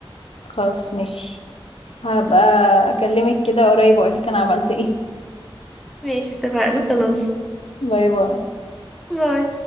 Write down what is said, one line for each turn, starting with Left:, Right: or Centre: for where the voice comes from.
Left: خلاص ماشي هبقى اكلمك كده قريب واقولك انا عملت ايه
Centre: ماشي اتفقنا خلاص
Left: <laughs> باي باي
Centre: باي